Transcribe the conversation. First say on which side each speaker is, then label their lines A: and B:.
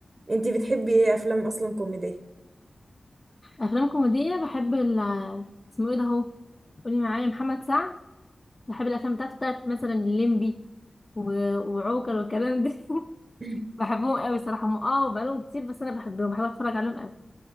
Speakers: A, on the right; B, on the left.
A: انتي بتحبي ايه افلام اصلا كوميدية
B: افلام كوميديه بحب ال اسمه ايه ده اهو قولي معايا محمد سعد بحب الافلام بتاعته بتاعت مثلا الليمبي و- وعوكل والكلام ده <laughs>
A: <clears throat>
B: بحبهم قوي صراحه هم اه بقالهم كتير بس انا بحبهم بحب اتفرج عليهم قوي